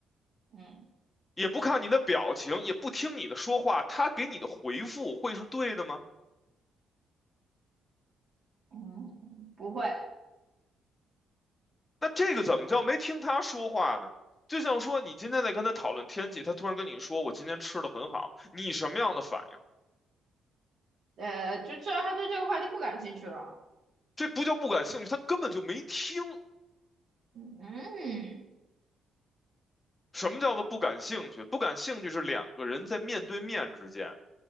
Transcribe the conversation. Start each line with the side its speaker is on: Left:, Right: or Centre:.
Right: 嗯
Left: 也不看你的表情，也不听你的说话，他给你的回复会是对的吗？
Right: 嗯，不会，
Left: 那这个怎么叫没听他说话呢？就像说你今天在跟他讨论天气，他突然跟你说我今天吃的很好，你什么样的反应？
Right: 呃，就知道他对这个话题不感兴趣了。
Left: 这不叫不感兴趣，他根本就没听。
Right: 嗯嗯
Left: 什么叫做不感兴趣？不感兴趣是两个人在面对面之间，